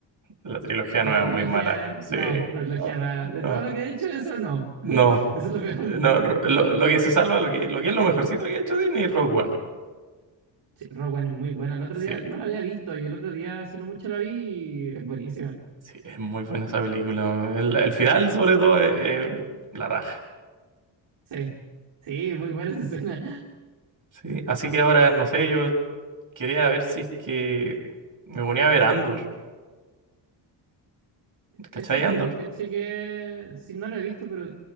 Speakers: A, on the right; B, on the right.
A: la trilogía
B: la
A: nueva es
B: trilogía,
A: muy mala.
B: eh,
A: Sí,
B: no, la trilogía
A: no,
B: no era.
A: no,
B: De todo lo que ha hecho, eso no.
A: no.
B: <laughs> Eso es lo peor.
A: No, ro- lo, lo que se salva, lo que, lo que es lo mejorcito que ha hecho Disney es Rogue One.
B: Sí, Rogue One es muy buena. El otro
A: Sí,
B: día no la había visto y el otro día hace no mucho la vi y es buenísima.
A: Sí, es muy buena esa película. El, el final, sobre todo, es, es la raja.
B: Sí, sí, muy buena esa escena.
A: Sí, así que ahora, no sé, yo quería ver si es que me ponía a ver Andor. ¿Cachai
B: Eso también
A: Andor?
B: caché que, sí, no la he visto, pero